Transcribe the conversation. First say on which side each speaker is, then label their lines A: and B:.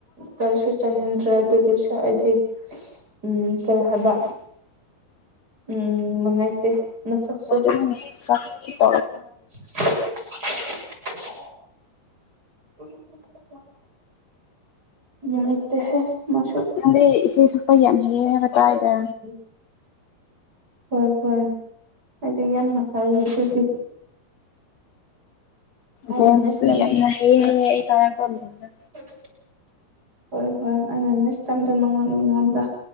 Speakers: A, on the right (about 20°); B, on the left (about 75°).
A: ꯀꯔꯤꯁꯨ ꯆꯥꯅꯤꯡꯗ꯭ꯔꯦ ꯑꯗꯨꯒꯤꯁꯨ ꯑꯩꯗꯤ ꯎꯝ ꯀꯔꯤ ꯍꯥꯏꯕ ꯎꯝ ꯃꯅꯨꯡꯉꯥꯏꯇꯦ ꯅꯁꯛꯁꯨ
B: ꯎ ꯆꯁ
A: <unintelligible> <inaudible> ꯅꯨꯡꯉꯥꯏꯇꯦꯍꯦ ꯃꯁꯨ
B: ꯅꯗꯦ ꯏꯦ ꯁꯐ ꯌꯥꯝ ꯍꯦꯕꯇꯥꯥꯏꯗ
A: ꯎꯝ ꯍꯣꯏ ꯍꯣꯏ ꯍꯥꯏꯗꯤ ꯌꯥꯝꯅ ꯐꯥꯏꯌꯦ ꯑꯗꯨꯗꯤꯗꯤ ꯑꯩꯅ
B: ꯕꯣꯟꯁꯨ
A: ꯅꯦꯛꯁ ꯇꯥꯏꯝ
B: ꯌꯥꯝꯅ ꯍꯩ ꯍꯥꯏꯌꯦ ꯑꯩ ꯇꯥꯔꯛꯄ ꯃꯇꯝꯗ
A: <unintelligible> ꯍꯣꯏ ꯍꯣꯏ ꯑꯩꯅ ꯅꯦꯛꯁ ꯇꯥꯏꯝꯗꯣ ꯅꯪꯉꯣꯟ ꯅꯉꯣꯟꯗ